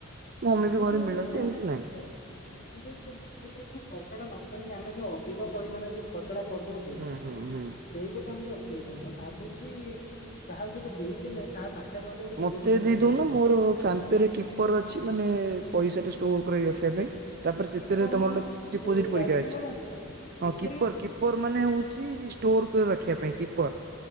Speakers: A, on the right; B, on the left.
A: ମୋ ମମି
B: କିନ୍ତୁ
A: ବି ଘରେ
B: ଯୋ
A: ମିଳନ୍ତି
B: <unintelligible>
A: ଏମିତି ନାହିଁ।
B: ଖର୍ଚ୍ଚଟା ନ । କରିକି ଆମେ ଯୋ ଅଧିକ ପରିମାଣ ଯୋଉ ଖର୍ଚ୍ଚଟା । କରିଦଉଛେ
A: ହୁଁ ହୁଁ ହୁଁ
B: ସେଇ ଗୋଟେ ହଉଛି ଅସୁବିଧା ମୁଁ । ଭାବୁଛି କାହାକୁ ଗୋଟେ ଦେଇଦେଲେ ତା ପାଖରେ ରହିଲେ ଗୋଟେ ସୁରକ୍ଷିତ
A: ମତେ
B: ରହିବ।
A: ଦେଇଦଉନ ମୋର ଫାନ୍ ପେରେ କିପର ଅଛି ମାନେ ପଇସା ଟା ଷ୍ଟୋର କରି ରଖିବା ପାଇଁ । ତାପରେ ସେଥିରେ
B: କିପର
A: ତମର
B: ମାନେ
A: ଗୋଟେ ଫିକ୍ସ ଡିପୋଜିଟ୍
B: ଯୋଉ ବ୍ୟାଟିଂ
A: ପରୀକା ଅଛି
B: କରନ୍ତି
A: ହଁ
B: ୱିକେଟ
A: କିପର
B: କିପିଙ୍ଗ
A: କିପର ମାନେ ହଉଛି । ଷ୍ଟୋର କାରି ରଖିବା ପାଇଁ କିପ ପର